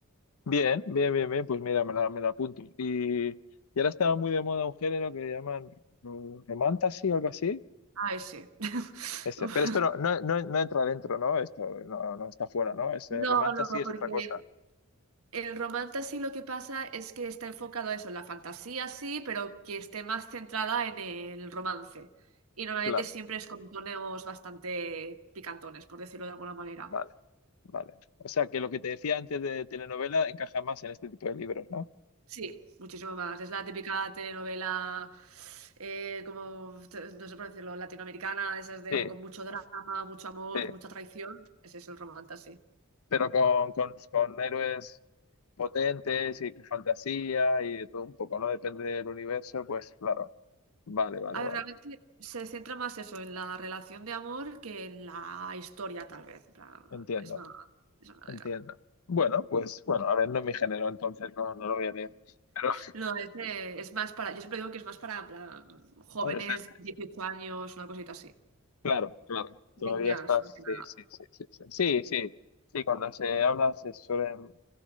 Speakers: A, on the left; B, on the right.
A: Bien, bien, bien, bien. Pues mira, me la, me la apunto. Y, y ahora estaba muy de moda un género que llaman ro- romantasy o algo así.
B: Ah, ese. <laughs>
A: Ese. Pero esto no, no, no, no entra dentro, ¿no? Esto no, no está fuera, ¿no? Ese
B: No,
A: romantasy
B: no,
A: es
B: porque
A: otra cosa.
B: El romance sí lo que pasa es que está enfocado a eso, en la fantasía sí, pero que esté más centrada en el romance. Y normalmente
A: Claro.
B: siempre es con tonos bastante picantones, por decirlo de alguna manera.
A: Vale, vale. O sea que lo que te decía antes de telenovela encaja más en este tipo de libros, ¿no?
B: Sí, muchísimo más. Es la típica telenovela, eh, como, no sé por decirlo, latinoamericana, de esas de
A: Sí,
B: con mucho drama, mucho amor,
A: sí.
B: mucha traición. Ese es el romance, sí.
A: pero con, con, con héroes potentes y con fantasía y de todo un poco, ¿no? Depende del universo, pues claro. Vale, vale,
B: A ver,
A: vale.
B: realmente se centra más eso, en la relación de amor que en la historia, tal vez. En plan,
A: Entiendo,
B: es más, de esa manera.
A: entiendo. Bueno, pues bueno, a ver, no es mi género, entonces no, no lo voy a leer. Pero
B: No, es, de- es más para, yo siempre digo que es más para, en plan, jóvenes,
A: <laughs> adolescente,
B: 18 años, una cosita así.
A: claro, claro.
B: Niñas,
A: Todavía estás,
B: más que
A: sí,
B: nada.
A: sí, sí, sí, sí. Sí, sí. Sí, cuando se habla se suelen